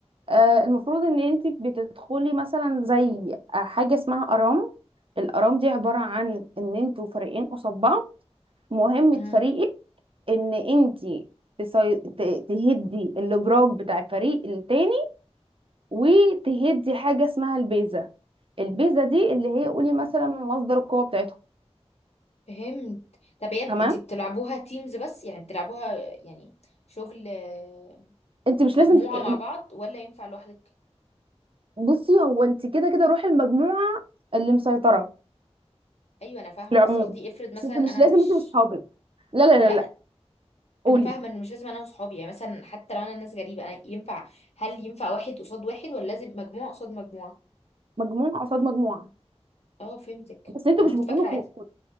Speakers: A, on the right; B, on the left.
A: آه، المفروض ان انت بتدخلي مثلا زي حاجه اسمها ارام الارام دي عباره عن ان انتوا فريقين قصاد بعض مهمه
B: امم
A: فريقك ان انت تسي... ت- تهدي الابراج بتاع الفريق التاني وتهدي حاجه اسمها البيزه البيزه دي اللي هي قولي مثلا مصدر القوه بتاعتهم
B: فهمت طب هي
A: تمام
B: بت- انتي بتلعبوها تيمز بس يعني بتلعبوها يعني شغل آه،
A: انت مش
B: مجموعة
A: لازم ت-
B: مع بعض ولا ينفع لوحدك
A: بصي هو انت كده كده روحي المجموعه اللي مسيطره
B: ايوه انا فاهمة
A: في العموم
B: بس قصدي افرض مثلا
A: بس انت مش
B: انا
A: لازم
B: مفيش
A: انت واصحابك لا لا لا
B: لا
A: لا قولي
B: انا فاهمة ان مش لازم انا وصحابي يعني مثلا حتى لو انا ناس غريبة أنا ينفع هل ينفع واحد قصاد واحد ولا لازم مجموعة قصاد مجموعة
A: مجموعه قصاد مجموعه
B: اه فهمتك
A: بس انتوا
B: انا
A: مش
B: كنت
A: بتكونوا
B: فاكرة
A: كو...
B: عادي
A: كو-